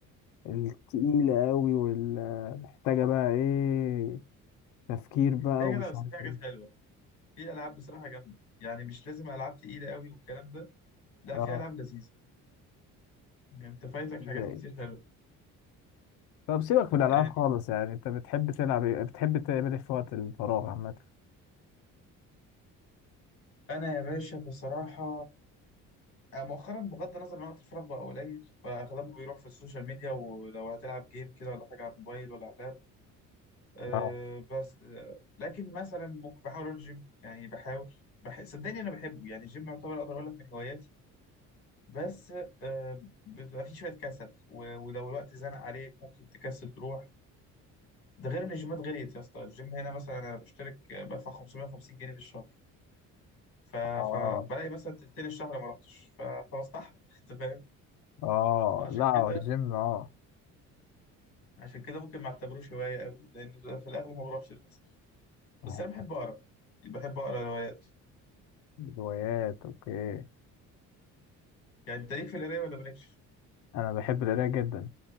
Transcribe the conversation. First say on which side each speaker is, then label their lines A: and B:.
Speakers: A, on the left; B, on the left.
A: التقيلة أوي والمحتاجة بقى إيه تفكير بقى
B: لا
A: ومش
B: يا جدع بس
A: عارف
B: في حاجات
A: ايه
B: حلوه في العاب بصراحه جامده يعني مش لازم العاب تقيله قوي والكلام ده لا
A: اه
B: في العاب لذيذه يعني انت فايتك
A: ازاي
B: حاجات كتير حلوه
A: طب سيبك من الالعاب
B: يعني
A: خالص يعني انت بتحب تلعب ايه بتحب تعمل ايه في وقت الفراغ عامه
B: انا يا باشا بصراحه آه، مؤخرا بغض النظر عن وقت الفراغ بقى قليل فاغلبه بيروح في السوشيال ميديا ولو هتلعب جيم كده ولا حاجه على الموبايل ولا على اللاب أه
A: اه
B: بس أه لكن مثلا ممكن بحاول اروح الجيم يعني بحاول بح... صدقني انا بحبه يعني الجيم يعتبر اقدر اقول لك من هواياتي بس أه بيبقى فيه شويه كسل و... ولو الوقت زنق عليك ممكن تكسل تروح ده غير ان الجيمات غليت يا اسطى الجيم هنا مثلا انا بشترك آه، بدفع 550 جنيه في الشهر ف... فبلاقي
A: اه
B: مثلا تلتين الشهر ما رحتش ف... فبستحرم <laughs> انت فاهم
A: اه
B: فعشان
A: لا
B: كده
A: هو الجيم اه
B: عشان كده ممكن ما اعتبروش هوايه قوي لان في الاغلب ما بروحش للاسف بس
A: آه.
B: انا بحب اقرا بحب اقرا روايات
A: روايات اوكي
B: يعني انت ليك في القرايه ولا مالكش؟
A: انا بحب القرايه جدا